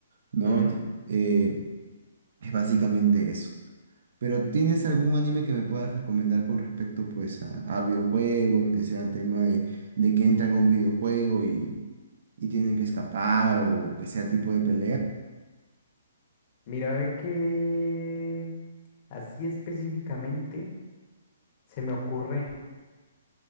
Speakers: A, on the right (about 60°); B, on the left (about 35°).
A: ¿no?
B: Ujú.
A: Ti- eh, es básicamente eso. Pero ¿tienes algún anime que me puedas recomendar con respecto, pues, a, a videojuegos, que sean tema de, de que entran a un videojuego y, y tienen que escapar o que sea tipo de pelea?
B: Mira, ve que así específicamente se me ocurre.